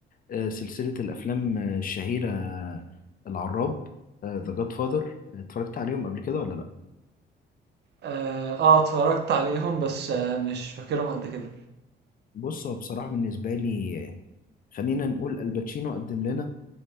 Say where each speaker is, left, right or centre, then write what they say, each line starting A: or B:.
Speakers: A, on the left (about 45°); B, on the right (about 60°).
A: آه، سلسلة الافلام آه، الشهيرة آه، العراب ذا جاد فاذر اتفرجت عليهم قبل كده ولا لا
B: اه آه، اتفرجت عليهم بس آه مش فاكرهم قد كده
A: بص هو بصراحة بالنسبة لي آه، خلينا نقول الباتشينو قدم لنا